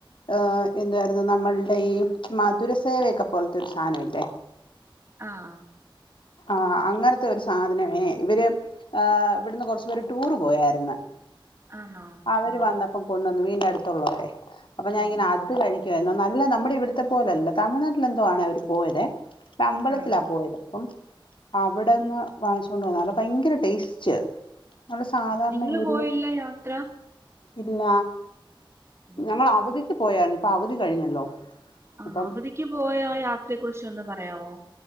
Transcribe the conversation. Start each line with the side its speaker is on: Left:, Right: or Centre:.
Left: ആ എന്തായിരുന്നു നമ്മൾടെ ഈ മധുരസേവയൊക്കെ പോൽത്തെ ഒരു സാനോഇല്ലേ?
Right: ആഹ.
Left: ആ അങ്ങൻത്തെ ഒരു സാധനമേ ഇവര് ആ ഇവിടുന്ന് കൊറച്ചുപേര് ടൂറ് പോയായ്ര്ന്ന്.
Right: ആണോ
Left: അവര്
Right: ആ
Left: വന്നപ്പം കൊണ്ടന്നു വീടിന്റെ അടുത്തുള്ളവരെ അപ്പൊ ഞാ
Right: ഉം,
Left: ഇങ്ങനെ ആ കഴിക്കുവ നല്ല നമ്മടെ ഇവിട്ത്തെ പോലല്ല തമിഴ്നാട്ടിൽ എന്തോ ആണ് അവര് പോയതെ. അമ്പലത്തിലാ
Right: ആണോ
Left: പോയത് അപ്പം അവിടന്ന് വാങ്ങിച്ചോണ്ട് വന്ന അത ഭയങ്കര ടേസ്റ്റ്. നമ്മള് സാധാരണ
Right: നിങ്ങൾ
Left: ഈ ഒരു
Right: പോയില്ല യാത്ര
Left: ഇല്ല
Right: ഉം,
Left: ഞങ്ങൾ അവധിക്ക് പോയരുന്നു ഇപ്പൊ അവധി കഴിഞ്ഞല്ലോ.
Right: അന്ന
Left: അപ്പം
Right: അവധിക്ക് പോയാ ആഹ് യാത്രയെക്കുറിച്ച് ഒന്ന് പറയാവോ?